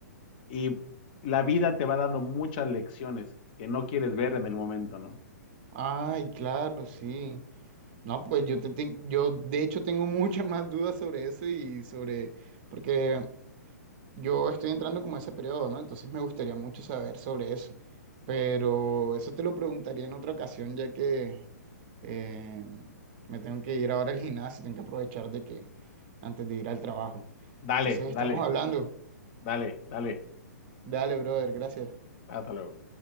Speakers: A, on the left; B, on the right.
A: y la vida te va dando muchas lecciones que no quieres ver en el momento, ¿no?
B: Ay, claro, sí. No, pues yo te, te- yo de hecho tengo <laughs> muchas más dudas sobre eso y sobre, porque Yo estoy entrando como a ese periodo, ¿no? Entonces me gustaría mucho saber sobre eso. Pero eso te lo preguntaría en otra ocasión, ya que eh, me tengo que ir ahora al gimnasio, tengo que aprovechar de que antes de ir al trabajo.
A: Dale,
B: Entonces
A: dale,
B: estamos hablando.
A: dale, dale.
B: Dale, brother, gracias.
A: Hasta luego.